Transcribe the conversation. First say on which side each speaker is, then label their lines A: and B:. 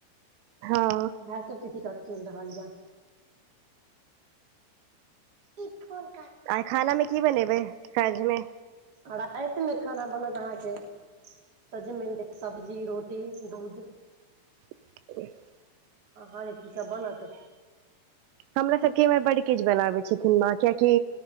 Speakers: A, on the right (about 85°); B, on the right (about 25°).
A: हँ
B: इएह सभके ठीकाठ चलि रहल यऽ ई फोन
A: आइ खानामें की बनेबै राइतमे
B: आ राइतमे अहाँकातँ की खाना बनत सजमनके सब्जी रोटी दूध
A: <unintelligible>
B: अहाँकाँ की-की बनत
A: हमरा सभके इम्हर बड़ किछु बनाबै छथिन माँ, किएकि